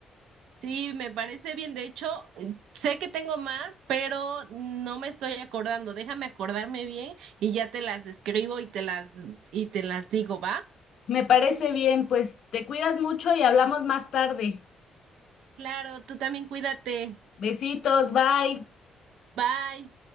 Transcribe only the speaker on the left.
Me parece bien, pues te cuidas mucho y hablamos más tarde.
Besitos, bye.